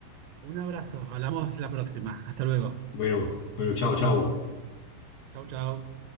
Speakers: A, on the right; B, on the left.
A: Un abrazo, hablamos la próxima. Hasta luego.
B: Bueno, bueno, chao, chao.
A: Chau, chau.